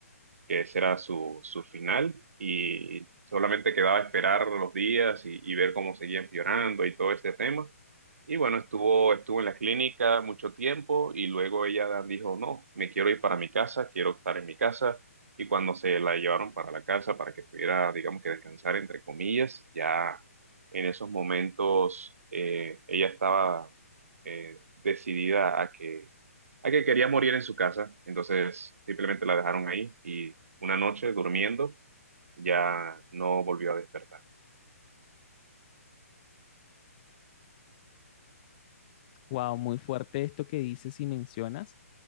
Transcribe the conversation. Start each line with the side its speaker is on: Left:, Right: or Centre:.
Right: que ese era su, su final y solamente quedaba esperar los días y, y ver cómo seguían empeorando y todo este tema. Y bueno, estuvo, estuvo en la clínica mucho tiempo y luego ella dijo, no, me quiero ir para mi casa, quiero estar en mi casa. Y cuando se la llevaron para la casa para que pudiera, digamos que descansar, entre comillas, ya en esos momentos eh, ella estaba eh, decidida a que, a que quería morir en su casa. Entonces simplemente la dejaron ahí y una noche, durmiendo, ya no volvió a despertar.
Left: Wow, muy fuerte esto que dices y mencionas,